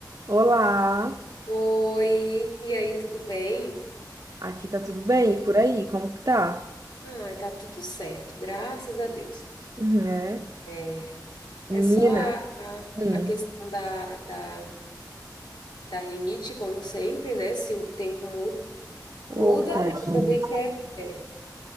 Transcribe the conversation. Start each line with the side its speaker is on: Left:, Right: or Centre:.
Right: Olá,
Left: Oi, e aí, tudo bem?
Right: aqui tá tudo bem? E Por aí, como que tá?
Left: Ah, tá tudo certo, graças a Deus.
Right: Uhum, é,
Left: É,
Right: menina,
Left: é só a, a,
Right: hum,
Left: a questão da, da, da rinite, como sempre, né? Se o tempo muda,
Right: ô,
Left: muda,
Right: tadinha,
Left: ela também quer. É.